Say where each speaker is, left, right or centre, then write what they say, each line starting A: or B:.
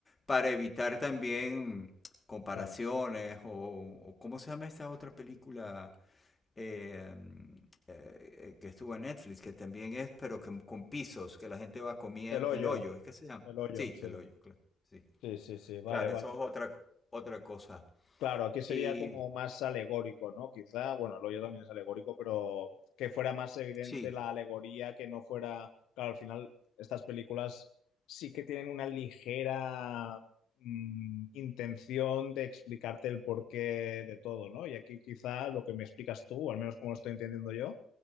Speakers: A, on the left; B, on the left.
A: para evitar también comparaciones
B: Claro.
A: o, o ¿cómo se llama esta otra película eh, eh, que estuvo en Netflix? Que también es, pero que con pisos, que la gente va comiendo,
B: El hoyo.
A: el hoyo, ¿es que se llama?
B: El hoyo.
A: Sí,
B: Sí.
A: el hoyo, claro. Sí.
B: Sí, sí, sí. Vale,
A: Claro,
B: vale.
A: eso es otra, otra cosa.
B: Claro, aquí sería
A: Y
B: como más alegórico, ¿no? Quizá, bueno, lo yo también es alegórico, pero que fuera más evidente
A: sí,
B: la alegoría, que no fuera, claro, al final estas películas sí que tienen una ligera mm, intención de explicarte el porqué de todo, ¿no? Y aquí quizá lo que me explicas tú, o al menos como lo estoy entendiendo yo,